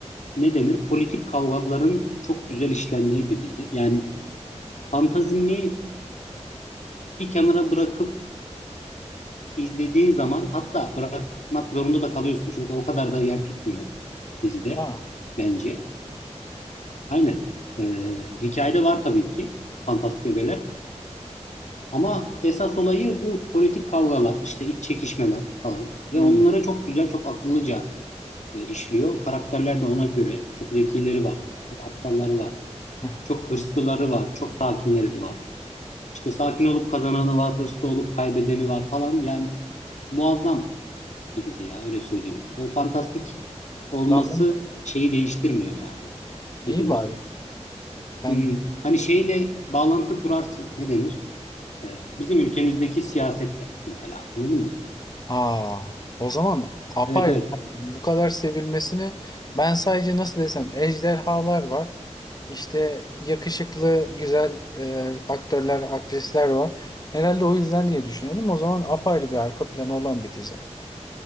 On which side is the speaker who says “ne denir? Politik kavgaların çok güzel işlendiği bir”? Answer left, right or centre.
Left